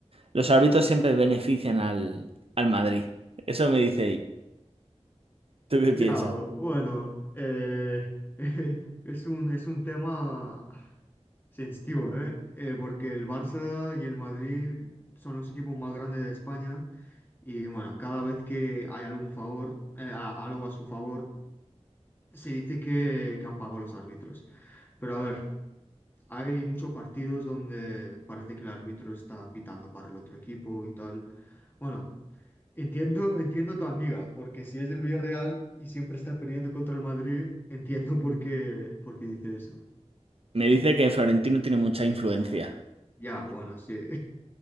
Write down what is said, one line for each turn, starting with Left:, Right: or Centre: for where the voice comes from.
Right: los árbitros siempre benefician al, al Madrid. Eso me dice ella. ¿Tú
Left: Ya,
Right: qué piensas?
Left: bueno, eh, <laughs> es un, es un tema sensitivo, ¿eh? Eh, porque el Barça y el Madrid son los equipos más grandes de España y bueno, cada vez que hay algún favor, eh, a- algo a su favor, se dice que, que han pagado los árbitros. Pero a ver. Hay muchos partidos donde parece que el árbitro está pitando para el otro equipo y tal. Bueno, entiendo, <laughs> entiendo tu amiga, porque si es del Villarreal y siempre está perdiendo contra el Madrid, entiendo por qué, por qué dice eso.
Right: Me dice que Florentino tiene mucha influencia.
Left: Ya, bueno, sí. <laughs>